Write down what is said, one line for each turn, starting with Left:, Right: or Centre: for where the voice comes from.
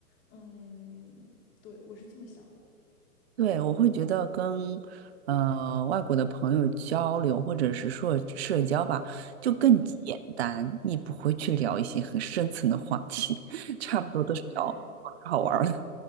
Left: 嗯，对，我是这么想的。
Right: 对，我会觉得跟呃外国的朋友交流，或者是说社交吧，就更简单，
Left: 嗯。
Right: 你不会去聊一些很深层的话题，<laughs> 差不多都是聊好好玩儿的。
Left: 对，我有，